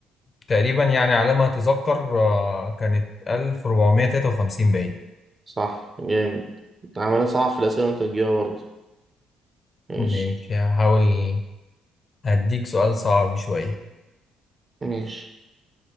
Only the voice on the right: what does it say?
صح جامد عملها صعب في الأسئلة وأنت بتجيبها برضه ماشي
ماشي